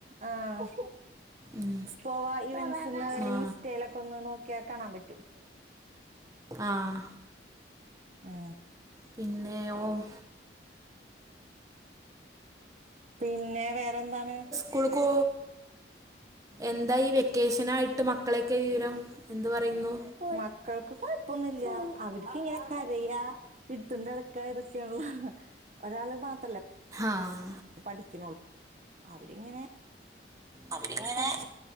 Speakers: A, on the right; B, on the right.
A: ആഹ്
B: ഉം.
A: എക്സ്പോവ <unintelligible>
B: ആ
A: ഇൻസ്റ്റേയിലൊക്കെ ഒന്ന് നോക്കിയാൽ കാണാൻ പറ്റും
B: ആഹ്
A: ആ
B: പിന്നെ ഓഹ്
A: പിന്നെ വേറെന്താണ്
B: കുളു കൂ എന്തായി വ്യ വെക്കേഷനായിട്ട് മക്കളെയൊക്കെ വിവരം എന്ത് പറയുന്നു
A: മക്കൾക്ക് കൊഴപ്പൊന്നുമില്ല അവർക്കിങ്ങനെ കരയാ <unintelligible> ഇതൊക്കെയള്ളൂ ഒരാള് മാത്രല്ലേ
B: ആഹ്
A: പഠിക്കണള്ളു അവരിങ്ങനെ
B: അവരിങ്ങനെ
A: കളിച്ച